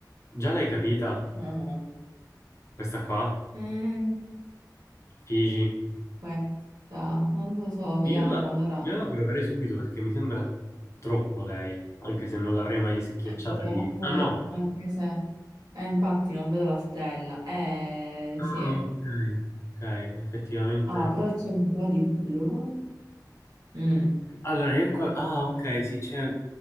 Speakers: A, on the left; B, on the right.
A: Già l'hai capita?
B: Ah.
A: Questa qua?
B: Eh,
A: Figi.
B: questa, non lo so, vediamo,
A: Io la,
B: allora,
A: io la proverei subito perché mi sembra troppo lei, anche se non l'avrei mai schiacciata
B: proviamola,
A: lì. Ah no.
B: anche se... Eh, infatti non vedo la stella. Eh,
A: Ah,
B: sì.
A: ok, ok, effettivamente.
B: Ah, però c'è un po' di blu. Mm.
A: Allora, io qua... Ah, ok, sì, c'è